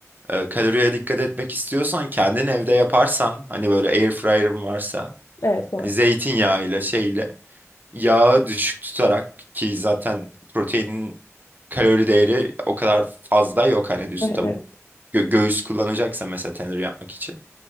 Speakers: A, on the right (about 35°); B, on the left (about 70°).
A: e, kaloriye dikkat etmek istiyorsan kendin evde yaparsan hani böyle air fryer'ın varsa
B: Evet var.
A: hani zeytinyağıyla şeyle yağı düşük tutarak ki zaten proteinin kalori değeri o kadar fazla yok hani düz
B: Evet
A: tavuk.
B: evet.
A: Gö- göğüs kullanacaksa mesela tenir yapmak için.